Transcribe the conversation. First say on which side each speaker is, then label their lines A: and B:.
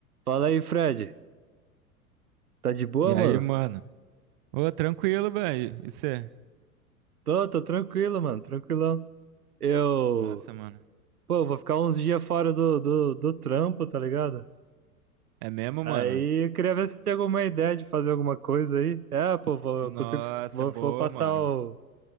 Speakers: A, on the right (about 85°); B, on the right (about 35°).
A: Fala aí, Fred. Tá de boa,
B: E
A: mano?
B: aí, mano? Ô, tranquilo, velho. E cê?
A: Tô, tô tranquilo, mano, tranquilão. Eu,
B: Massa, mano.
A: pô, vou ficar uns dias fora do, do, do trampo, tá ligado?
B: É mesmo,
A: Aí
B: mano?
A: eu queria ver se tem alguma ideia de fazer alguma coisa aí. É, pô, vou,
B: Nossa,
A: eu consigo, vou,
B: boa,
A: vou passar
B: mano.
A: o-